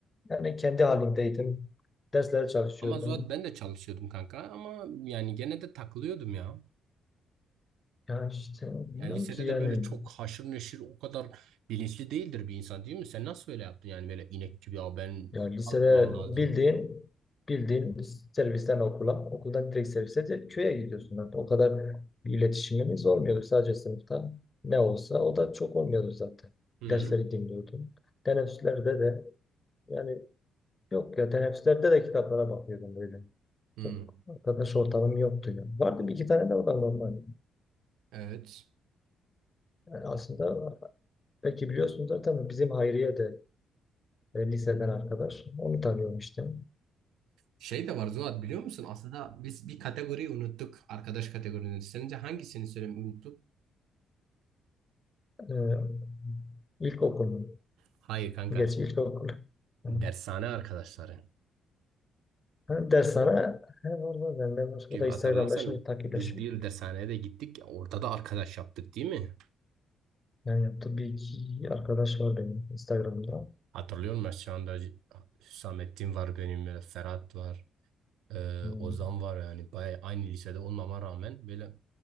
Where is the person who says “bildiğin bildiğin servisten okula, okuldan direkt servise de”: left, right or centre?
Left